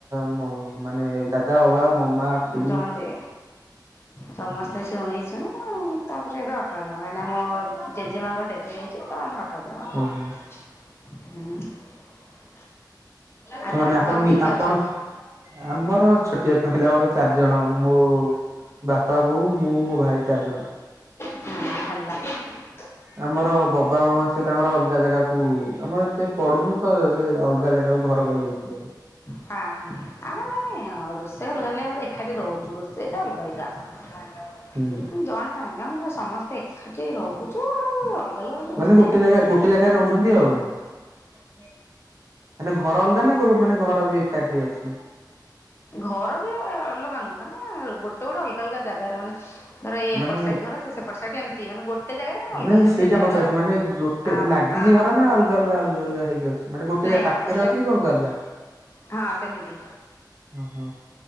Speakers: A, on the right; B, on the left.
A: ମ୍ ମାନେ ଦାଦା ବବା ମା
B: ସମସ୍ତେ
A: ଖୁଡ଼ି
B: ସମସ୍ତେ ସେ ଉଣେଇଶି ଜଣ ଆଉ ତାପରେ ଏବେ ଅଠର ଜଣ କାହିଁକିନା ଆମ ଜେଜେ ମାଙ୍କ ଡ଼େଥ ହେଇଯାଇଛି ତ ଆମେ ଅଠ ଠର ଜଣ ଅଛୁ
A: ଓହୋ।
B: ହୁଁ। ଆଉ
A: ତାମାନେ
B: ତମ
A: ଆପଣ
B: ଘରେ କିଏ କିଏ
A: ଆପଣ
B: ଅଛନ୍ତି?
A: ଆମର ଛୋଟିଆ ଫା ଆମର ଚାରି ଜଣ ମୋ ବାପା ବୋଉ ମୁଁ ମୋ ଭାଇ ଚାରି ଜଣ।
B: <unintelligible> ଭଲ।
A: ଆମର ବବା ମମା ସେ ତାଙ୍କର ଅଲଗା ଜାଗାକୁ ଆମର ଏତେ ପଡୁନୁ ତ ସେ ଅଲଗା ଜାଗାକୁ ଘର କରିକି ଯାଇଚନ୍ତି ଭାରି।
B: ହଁ ହଁ ଆମର ମାନେ ରୋଷେଇ ଅଲଗା ହେଲେ ଆମର ଏକାଠି ରହୁଛୁ। ଚୁ ରୋଷେଇ ଟା ଅଲଗା ଅଲଗା। ଜଏଣ୍ଟ
A: ହୁଁ
B: ଫ୍ୟାମିଲି ଆମ ପୁରା ସମସ୍ତେ ଏକାଠି ରହୁଛୁ ଆଉ ଅଲଗା ଅଲଗା ଖାଲି
A: ମାନେ
B: ରୋଷେଇ ହେଉଛି।
A: ଗୋଟେ ଜାଗା ରେ ରହୁଛନ୍ତି ଆଉ। ମାନେ ଘର ଅଲଗା ନା ମାନେ ଘର ବି ଏକାଠି ଅଛି?
B: ଘର ବି ଅଲଗା ନୁହଁ ମାନେ ଗୋଟେ ଗୋଟେ ଅଲଗା ଅଲଗା ଜାଗାରେ ମାନେ ଧର ଇଏ
A: ମାନେ
B: ଏପଟ ସାଇଡ ଘର ସେ ସେପଟ ସାଇଡ଼ ଏମିତି ମାନେ ଗୋଟେ ଜାଗାରେ କିନ୍ତୁ ଅଲଗା
A: ନାଇଁ
B: ଅଲଗା
A: ସେଇଟା
B: ଟିକେ ଜାଗାରେ
A: ପଚାରୁଛି
B: ଘରରା।
A: ମାନେ ଗୋଟେ
B: ହଁ
A: ଲାଗିଚି
B: ହଁ ହଁ
A: ଘର
B: ସେମିତି
A: ନା ଅଲଗା ଅଲଗା ଅଲଗା ଅଲଗା ହେଇକି ଅଛି ମାନେ ଗୋଟେ
B: ନାଇଁ
A: ପାଖରେ
B: ଅଲଗା
A: ଅଛି କିନ୍ତୁ ଅଲଗା ଅଲଗା।
B: ହଁ ସେମିତି।
A: ଓହୋ